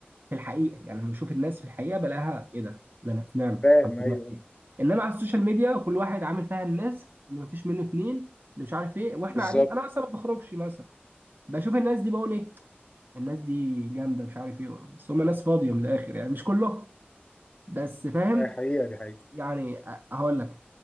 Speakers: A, on the right; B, on the left.
A: في الحقيقه يعني لما بشوف الناس في الحقيقه بلاقيها ايه ده ده انا في نعمه
B: فاهم
A: الحمد
B: ايوه
A: لله بخير انما على السوشيال ميديا كل واحد عامل فيها الناس اللي ما فيش منه اتنين اللي مش عارف ايه واحنا
B: بالظبط
A: قاعدين انا اصلا ما بخرجش مثلا بشوف الناس دي بقول ايه الناس دي جامده مش عارف ايه بس هم ناس فاضيه من الاخر يعني مش كله بس فاهم
B: دي حقيقة دي حقيقة
A: يعني أ- هقول لك